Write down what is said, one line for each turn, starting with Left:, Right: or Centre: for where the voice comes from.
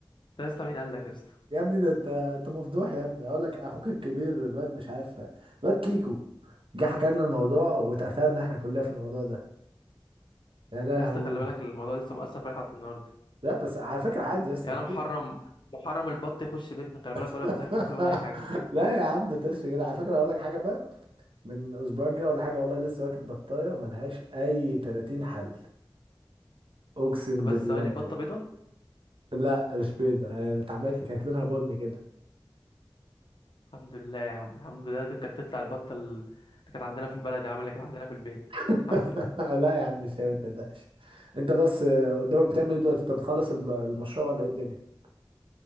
Left: ده يا اسطى مين قال لك يا اسطى
Right: يا ابني ده انت انت مفضوح يا ابني اقول لك اخوك الكبير الواد مش عارف الواد كيكو جه حكى لنا الموضوع واتأثرنا احنا كلنا في الموضوع ده يا لهوي
Left: يا اسطى خلي بالك الموضوع لسه مأثر فيا لحد النهارده
Right: لا بس على فكرة عادي يا اسطى
Left: يعني
Right: كتير
Left: انا محرم محرم البط يخش بيتنا خلي
Right: <laughs>
Left: بالك ولا بناكل ولا اي حاجه
Right: لا يا عم ما تقولش كده على فكرة اقول لك حاجة بقى من اسبوعين كده ولا حاجة والله لسه واكل بطاية ملهاش اي 30 حل اقسم
Left: طب بس
Right: بالله
Left: ثواني بطه بيضه
Right: لا مش بيضة يعني اتعملت لي كانت لونها بني كده
Left: الحمد لله يا عم الحمد لله دي كانت تطلع البطه ال- اللي كانت عندنا في البلد يا عم اللي كانت عندنا في البيت
Right: <laughs>
Left: الحمد لله
Right: لا يا عم مش هي، ما تقلقش انت بس آه، قدامك بتعمل ايه دلوقتي انت بتخلص الم- المشروع ولا ايه الدنيا